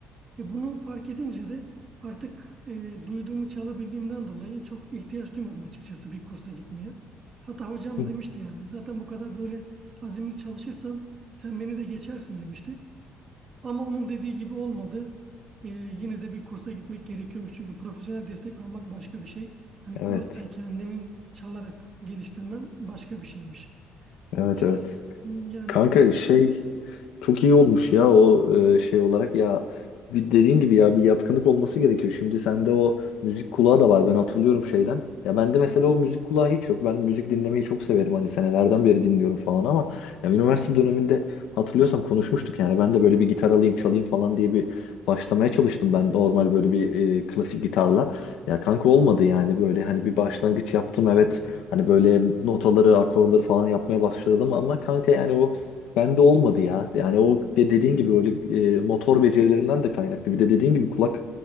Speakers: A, on the right; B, on the left.
A: E, bunu fark edince de artık e, duyduğumu çalabildiğimden dolayı çok ihtiyaç duymadım açıkçası bir kursa gitmeye. Hatta hocam
B: Hı.
A: demişti yani zaten bu kadar böyle azimli çalışırsan sen beni de geçersin demişti. Ama onun dediği gibi olmadı. Ee, yine de bir kursa gitmek gerekiyormuş. Çünkü profesyonel destek almak başka bir şey. Hani
B: Evet.
A: kulaktan kendinin çalarak geliştirmen başka bir şeymiş.
B: Evet
A: İşte
B: evet.
A: yani...
B: Kanka şey çok iyi olmuş ya o e, şey olarak ya bir dediğin gibi ya bir yatkınlık olması gerekiyor. Şimdi sende o müzik kulağı da var ben hatırlıyorum şeyden. Ya bende mesela o müzik kulağı hiç yok. Ben müzik dinlemeyi çok severim hani senelerden beri dinliyorum falan ama ya üniversite döneminde hatırlıyorsan konuşmuştuk yani ben de böyle bir gitar alayım çalayım falan diye bir başlamaya çalıştım ben normal böyle bir e, klasik gitarla. Ya kanka olmadı yani böyle hani bir başlangıç yaptım evet
A: Ya,
B: hani böyle notaları akorları falan yapmaya başladım ama kanka yani o Bende olmadı ya. Yani o de dediğin
A: anladım,
B: gibi öyle e, motor becerilerinden de kaynaklı. Bir de dediğin gibi kulak